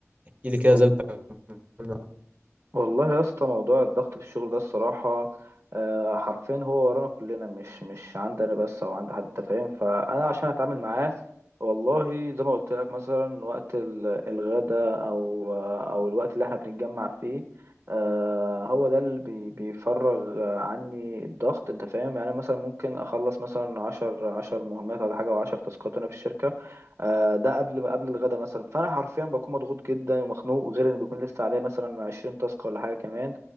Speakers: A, on the right (about 25°); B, on the right (about 45°).
A: احكي لي كده
B: وال-
A: ازاي بتتعامل مع
B: والله يا اسطى موضوع الضغط في الشغل ده الصراحة آه، حرفيا هو ورانا كلنا مش مش عندي انا بس او عند حد أنت فاهم فانا عشان اتعامل معاه والله زي ما قلت لك مثلا وقت ال- الغداء او آه، او الوقت اللي احنا بنتجمع فيه آه، هو ده اللي بي- بيفرغ عني الضغط انت فاهم يعني مثلا ممكن اخلص مثلا عشر عشر مهمات ولا حاجة او عشر تاسكات انا في الشركة آه، ده قبل قبل الغدا مثلا فانا حرفيا بكون مضغوط جدا ومخنوق غير ان بيكون لسه عليا مثلا 20 تاسك ولا حاجه كمان